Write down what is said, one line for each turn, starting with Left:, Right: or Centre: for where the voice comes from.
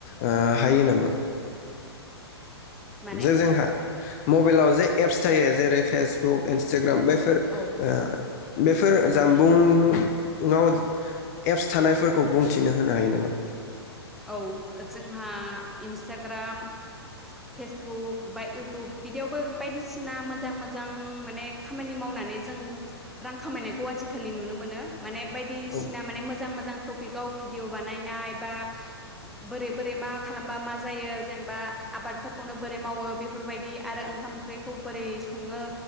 Left: ओ हायो नामा?
Centre: माने
Left: जे जोंहा मबाइलाव जे एप्स थायो जेरै फेसबुक इनसटा ग्राम बेफोर
Centre: औ
Left: ओ बेफोर जामबुंआव एप्स थानायफोरखौ बुंथिनो होनो हायो नामा?
Centre: औ जोंहा इन्स्टाग्राम फेसबुक बा इउटुब बिदियावबो बायदिसिना मोजां मोजां माने खामानि मावनानै जों रां खामायनायखौ आजिखालि नुनो मोनो। माने बायदिसिना
Left: औ
Centre: माने मोजां मोजां। टपिकआव भिडिय बानायनाय बा। बोरै बोरै मा खालामबा मा जायो जेनेबा आबादफोरखौनो बोरै मावो बेफोरबायदि आरो ओंखाम ओंख्रिखौ बोरै संङो।